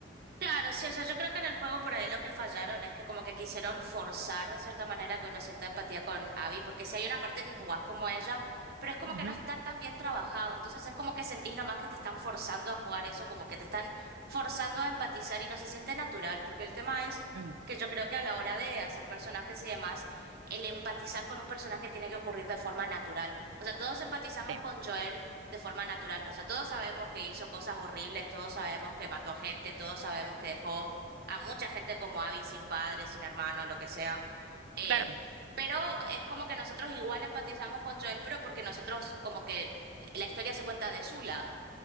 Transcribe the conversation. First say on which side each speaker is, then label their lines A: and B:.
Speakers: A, on the right; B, on the right.
A: Claro, sí, o sea, yo creo que en el juego por ahí lo que fallaron es que como que quisieron forzar de cierta manera que uno sienta empatía con Abby, porque si hay una parte que jugás como ella, pero es como
B: Ujú.
A: que no está tan bien trabajado, entonces es como que sentís nomás que te están forzando a jugar eso, como que te están forzando a empatizar y no se siente natural, porque el tema es
B: Mm,
A: que yo creo que a la hora de hacer personajes y demás, el empatizar con un personaje tiene que ocurrir de forma natural. O sea, todos empatizamos
B: Sí,
A: con Joel de forma natural. O sea, todos sabemos que hizo cosas horribles, todos sabemos que mató gente, todos sabemos que dejó a mucha gente como Abby sin padre, sin hermano, lo que sea. Eh,
B: claro.
A: pero es como que nosotros igual empatizamos con Joel, pero porque nosotros como que la historia se cuenta de su lado,